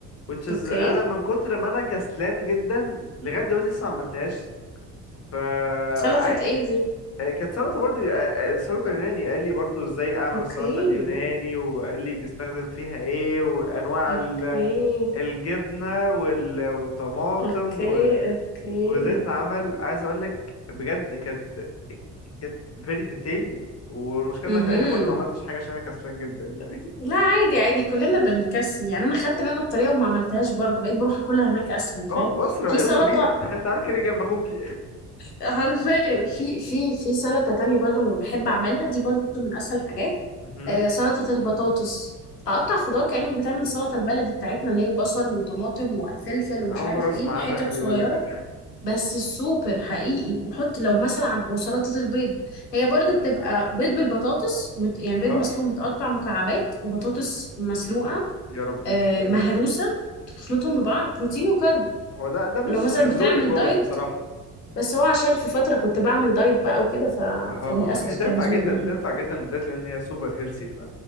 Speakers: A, on the left; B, on the left.
A: which
B: اوكي
A: is أنا من كتر ما أنا كسلان جدا لغاية دلوقتي لسه ما عملتهاش ف
B: سلطة
A: عاي-
B: ايه دي
A: كانت سلطة برضه السلطة اليوناني قال لي برضه إزاي أعمل
B: اوكي
A: السلطة اليوناني وقال لي بيستخدم فيها إيه وأنواع
B: اوكي
A: ال- الجبنة وال- والطماطم
B: اوكي
A: و-
B: اوكي
A: وإزاي تتعمل عايز أقول لك بجد كانت كانت very detailed والمشكلة
B: امم
A: إن أنا في الآخر برضه ما عملتش حاجة عشان أنا كسلان جدا يعني
B: لا عادي عادي كلنا بنكسل يعني انا خدت منه الطريقة وما عملتهاش برضو بقيت بروح اكلها هناك اسهل
A: <laughs>
B: فاهم
A: أه بصرة
B: في
A: يلا
B: سلطة
A: بينا <laughs> تعال كده جنب أخوكي
B: <laughs> حرفيا في في في سلطة تانية برضو بحب اعملها دي برضو من اسهل الحاجات
A: <laughs>
B: آه سلطة البطاطس اقطع خضار كأنك بتعمل سلطة البلدي بتاعتنا اللي هي بصل وطماطم وفلفل ومش
A: انا اول
B: عارف
A: مره اسمع
B: ايه حتت
A: عنها خلي
B: صغيرة
A: بالك
B: بس السوبر حقيقي وحط لو مثلا عم وسلطة البيض هي برضو بتبقى بيض بالبطاطس مت... يعني بيض
A: ها
B: مسلوق متقطع مكعبات وبطاطس مسلوقة
A: يا ربي
B: آه
A: ده ايه
B: مهروسة
A: ده
B: تخلطهم ببعض بروتين وكارب
A: هو ده ده مش
B: ولو مثلا
A: مش ذوقي
B: بتعمل
A: خالص
B: دايت
A: بصراحه
B: بس هو عشان في فترة كنت بعمل دايت بقى وكده ف...
A: اه
B: فللأسف
A: اه هي تنفع
B: كان ذوقي
A: جدا
B: يعني
A: تنفع جدا للدايت لان هي سوبر هيلسي ف